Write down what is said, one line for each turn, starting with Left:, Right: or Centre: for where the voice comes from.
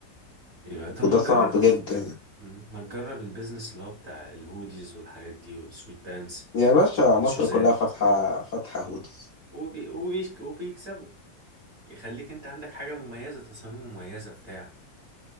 Right: ايوه طب
Left: وده
Right: ما تجرب
Left: صعب جدا
Right: تف... مم. ما تجرب البيزنس اللي هو بتاع الهوديز والحاجات دي والسويت بانس
Left: يا باشا
Right: والشوزات
Left: مصر كلها فاتحة فاتحة هوديز
Right: وبي... وبيش... وبيكسبوا يخليك انت عندك حاجة مميزة تصاميم مميزة بتاع